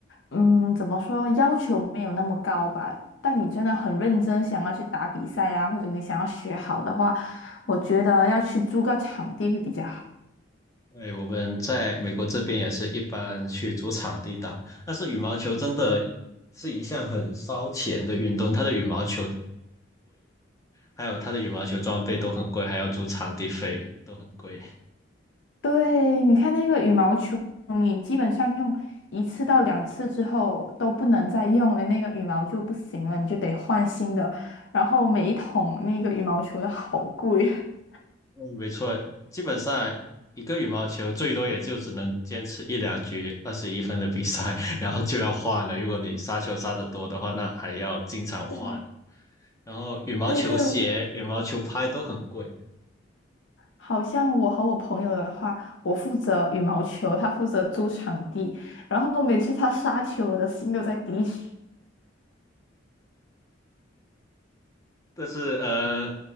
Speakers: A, on the left; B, on the left.
A: 嗯，怎么说，要求没有那么高吧。但你真的很认真想要去打比赛啊，或者你想要学好的话，我觉得要去租个场地会比较好。
B: 对，我们在美国这边也是一般去租场地打，但是羽毛球真的是一项很烧钱的运动，它的羽毛球还有它的羽毛球装备都很贵，还要租场地费都很贵。
A: 对，你看那个羽毛球，你基本上用一次到两次之后都不能再用了，那个羽毛就不行了，你就得换新的。然后每一桶那个羽毛球的好贵。<laughs>
B: 嗯，没错，基本上一个羽毛球最多也就只能坚持一两局二十一分的比赛，<laughs> 然后就要换了。如果你杀球杀得多的话，那还要经常换。
A: 对，
B: 然后羽毛球鞋、
A: 对对，我
B: 羽毛球拍都很贵，
A: 好像我和我朋友的话，我负责羽毛球，他负责租场地，然后每次他杀球，我的心都在滴血。
B: 但是呃，